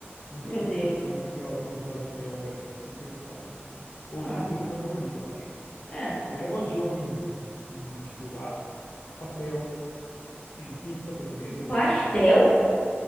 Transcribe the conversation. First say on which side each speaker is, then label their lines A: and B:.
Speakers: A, on the left; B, on the left.
A: Não tenho
B: Meu
A: vontade.
B: Deus.
A: Não é uma coisa que eu tenho vontade de comer é omelete. Não tenho vontade. Ovo
B: Ah,
A: cozido é meu favorito, eu acho.
B: é.
A: É, eu gosto de ovo em, em tipo, ah, pastel, em pizza portuguesa,
B: Pastel?
A: se portu-